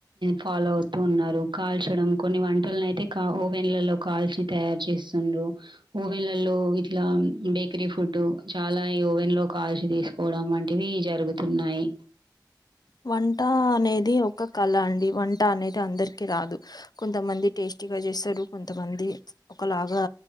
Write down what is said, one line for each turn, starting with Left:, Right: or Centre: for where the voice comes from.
Right: ఫాలో అవు ఉన్నారు కాల్చడం కొన్ని వంటలను అయితే ఓవెన్లలో కాల్చి తయారు చేస్తుండ్రు ఓవెన్లలో ఇట్ల బేకరీ ఫుడ్డు చాలా ఈ ఓవెన్ లో కాల్చి తీసుకోవడం అంటే ఇవి జరుగుతున్నాయి
Left: వంట అనేది ఒక కళ అండి, వం టా అనేది అందరికి రాదు, కొంతమంది టేస్టీగా చేస్తరు, కొంతమంది ఒకలాగా